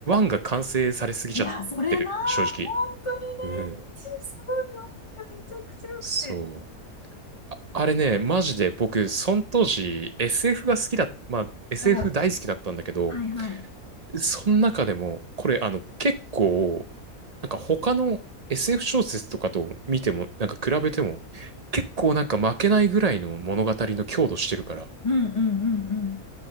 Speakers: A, on the right; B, on the left.
A: が完成されすぎちゃってる、
B: いや、それな、
A: 正直。
B: 本当に
A: うん。
B: ね、いちすごいわ。めちゃくちゃ良くて。
A: そう。あ、あれね、マジで僕、その当時 SF が好きだ、まあ SF
B: お、
A: 大好きだったんだけど、
B: はいはい。
A: その中でも、これあの結構なんか他の SF 小説とかと見ても、なんか比べても、結構なんか負けないぐらいの物語の強度してるから、
B: うんうんうんうん。